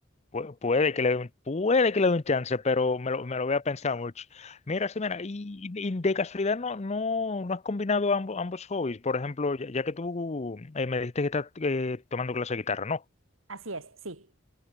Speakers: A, on the left; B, on the right.
A: Pu- Puede que le dé un, puede que le dé un chance, pero me lo, me lo voy a pensar mucho. Mira, sí, mira, y, y de casualidad no, no, no has combinado ambos, ambos hobbies. Por ejemplo, ya, ya que tú eh, me dijiste que estás eh, tomando clase de guitarra, ¿no?
B: Así es, sí.